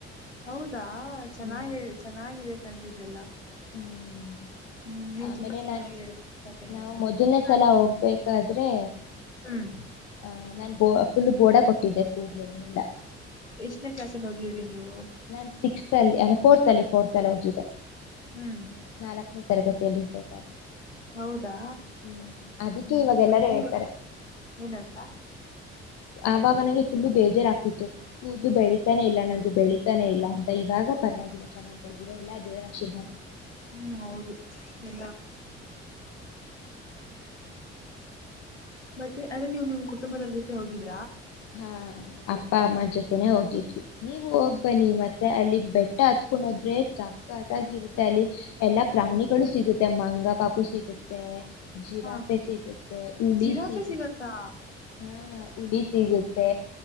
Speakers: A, on the left; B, on the left.
A: ಹೌದಾ ಚೆನ್ನಾಗ
B: ಹ್ಮ್
A: ಹೆ ಚೆನ್ನಾಗಿದೆ ಕಂಡ್ರಿ ಇದೆಲ್ಲ
B: ಹ್ಮ್
A: ಹ್ಮ್ ನೀವ್
B: ಆಮೇಲೆ
A: ತುಂಬಾ ಚೆನ್ನಾಗಿ
B: ನಾನ್
A: ಹೇಳ ಕತೆನ
B: ನಾವು
A: ನಂಗೆ
B: ಮೊದಲ್ನೇ
A: ಇಷ್ಟ
B: ಸಲ
A: ಆಯ್ತು
B: ಹೋಗ್ಬೇಕಾದ್ರೆ
A: ಹ್ಮ್
B: ಆ ನಾನ್ ಬೋ ಫುಲ್ ಬೋಡಾ ಕೊಟ್ಟಿದ್ದೆ ಕೂದಲೆಲ್ಲಾ
A: ಎಷ್ಟನೇ ಕ್ಲಾಸಲ್ಲಿ ಹೋಗಿದ್ರಿ ನೀವು
B: ನಾನ್ ಸಿಕ್ಸ್ತಲ್ಲಿ ಅ ಫೋರ್ತ್ ಲ್ಲಿ ಫೋರ್ತ್ ಲ್ಲಿ ಹೋಗಿದ್ದೆ
A: ಹ್ಮ್
B: ನಾಲ್ಕನೇ ತರಗತಿಯಲ್ಲಿ ಇರ್ಬೇಕಾದ್ರೆ
A: ಹೌದಾ
B: ಹ್ಮ್ ಅದಕ್ಕೆ
A: ಹ್ಮ್
B: ಇವಾಗ ಎಲ್ಲಾರು
A: ನೀವು
B: ಹೇಳ್ತಾರೆ
A: ಏನಂತ
B: ಆಾಗ ನಂಗೆ ಫುಲ್ಲು ಬೇಜಾರಾಗಗ್ತಿತ್ತು ಕೂದಲು ಬೆಳೀಿತಾನೆ ಇಲ್ಲ ನಂದು ಬೆಳಿ ತಾನೇ ಇಲ್ಲ ಅಂತ ಇವಾಗ ಪರವಾಗಿಲ್ಲ ಚೆನ್ನಾಗಿ ಬಲ್ದಿದೆ ಎಲ್ಲಾ ದೇವರ ಆಶೀರ್ವಾದ
A: <inaudible> ಚ್ ಹ್ಮ್ ಮತ್ತೆ ಅದೇ ನೀವು ನಿಮ್ ಕುಟುಂಬದರ ಜೊತೆ ಹೋಗಿದ್ರಿ
B: ಹಾ ಅಪ್ಪ ಅಮ್ಮ ಜೊತೆನೆ ಹೋಗಿದ್ವಿ ನೀವು ಹೋಗ್ಬನ್ನಿ ಮತ್ತೆ ಅಲ್ಲಿ ಬೆಟ್ಟ ಹತ್ಕೊಂಡೋದ್ರೆ ಚಕ್ಕತಾಗಿರುತ್ತೆ ಅಲ್ಲಿ ಎಲ್ಲಾ ಪ್ರಾಣಿಗಳು ಸಿಗುತ್ತೆ ಮಂಗ ಪಾಪು ಸಿಗುತ್ತೆ ಜಿರಾಫೆ
A: ಹಾ
B: ಸಿಗುತ್ತೆ ಹುಲಿ
A: ಜಿರಾಫೆ
B: ಸೀಗು
A: ಸಿಗತ್ತಾ
B: ಹಾ ಉಡಿ ಸಿಗುತ್ತೆ